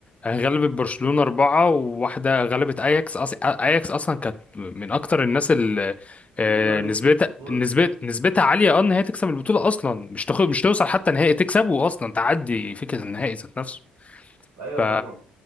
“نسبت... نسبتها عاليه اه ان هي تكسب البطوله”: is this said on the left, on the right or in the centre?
Left